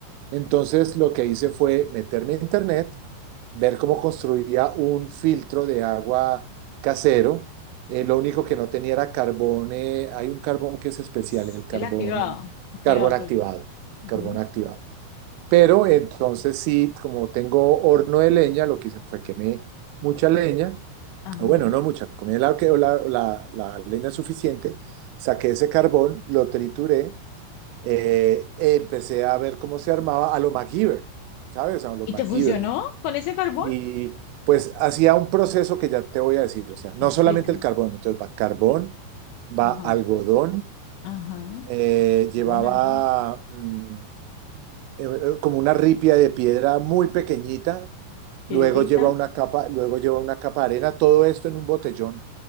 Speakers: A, on the right; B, on the left.
A: Entonces lo que hice fue meterme a internet, ver cómo construía un filtro de agua casero. Eh,
B: Ay.
A: lo único que no tenía era carbón. eh, hay un carbón que es especial,
B: Es
A: el carbón,
B: El activado,
A: eh,
B: activado,
A: carbón activado,
B: creo. Ujú.
A: carbón activado. Pero entonces sí, como tengo horno de leña, lo que hice fue quemé mucha leña.
B: Ajá.
A: o Bueno, no mucha, comí la, la la- la leña suficiente, saqué ese carbón, lo trituré eh, empecé a ver cómo se armaba a lo MacGyver, ¿sabes? A lo
B: ¿Y
A: MacGyver.
B: te funcionó con ese carbón?
A: Y pues hacía un proceso que ya te voy a decir, o sea, no
B: Ah, explica.
A: solamente el carbón, entonces va carbón, va
B: Ajá,
A: algodón,
B: ajá.
A: eh,
B: Carbón,
A: llevaba
B: algún,
A: mm, eh, eh, como una ripia de piedra muy pequeñita,
B: piedrita.
A: luego lleva una capa, luego lleva una capa de arena, todo esto en un botellón